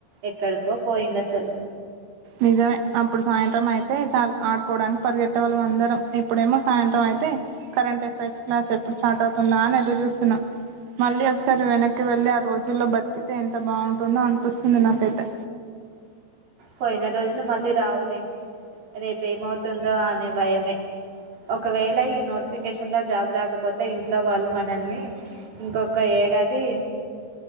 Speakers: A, on the right; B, on the right.
A: ఎక్కడికో పోయింది అసలు
B: నిజమే అప్పుడు సాయంత్రం అయితే చాలు ఆడుకోవడానికి పరిగెత్తే వాళ్ళం అందరం ఇప్పుడేమో సాయంత్రం అయితే కరెంట్ ఎఫెర్స్ క్లాస్ ఎప్పుడు స్టార్ట్ అవుతుందా అని ఎదురు చూస్తున్నాం మళ్ళీ ఒకసారి వెనక్కి వెళ్ళి ఆ రోజుల్లో బతికితే ఎంత బాగుంటుందో అనిపిస్తుంది నాకైతే
A: పోయిన రోజులు మళ్ళీ రావులే రేపు ఏమవుతుందో అనే భయమే ఒకవేళ ఈ నోటిఫికేషన్లో జాబ్ రాకపో కొత్త ఇంట్లో వాళ్ళు మనల్ని ఇంకొక ఏడాది